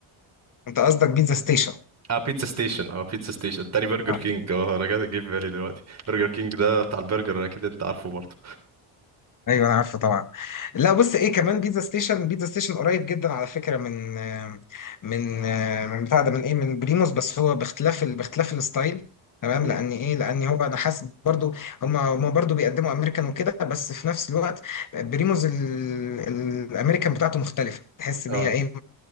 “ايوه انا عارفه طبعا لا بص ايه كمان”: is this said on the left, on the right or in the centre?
Left